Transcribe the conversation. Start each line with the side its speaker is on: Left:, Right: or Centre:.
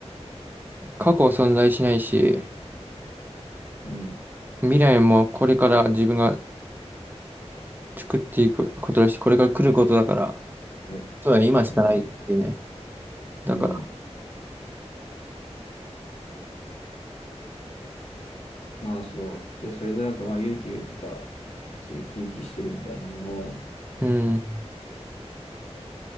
Right: 過去は存在しないし、
Left: うん。
Right: 未来もこれから自分が作っていくことだし、これから来ることだから、
Left: あれ、
Right: そうだね、今しかないっていうね。
Left: ちょっと待って。
Right: だから、
Left: うん。まあそう。で、それでなんかまあ、勇気が言ってた、そう、生き生きしてるみたいなのも、
Right: うん、